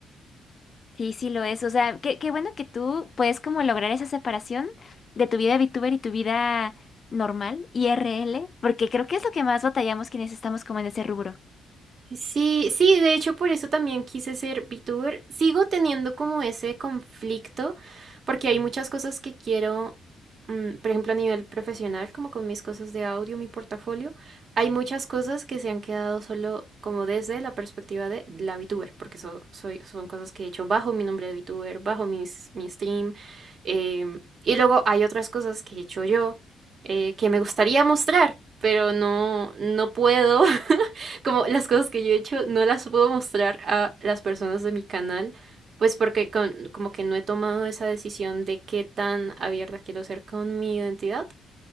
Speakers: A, on the left (about 40°); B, on the right (about 50°).
A: Sí, sí lo es. O sea, qué, qué bueno que tú puedes como lograr esa separación de tu vida VTuber y tu vida normal, IRL, porque creo que es lo que más batallamos quienes estamos como en ese rubro.
B: Sí, sí, de hecho por eso también quise ser VTuber. Sigo teniendo como ese conflicto porque hay muchas cosas que quiero, mm, por ejemplo a nivel profesional, como con mis cosas de audio, mi portafolio, hay muchas cosas que se han quedado solo como desde la perspectiva de la VTuber, porque eso soy, son cosas que he hecho bajo mi nombre de VTuber, bajo mis, mi stream. em, y luego hay otras cosas que he hecho yo eh, que me gustaría mostrar, pero no, no puedo. <laughs> como las cosas que yo he hecho no las puedo mostrar a las personas de mi canal, pues porque con- como que no he tomado esa decisión de qué tan abierta quiero ser con mi identidad.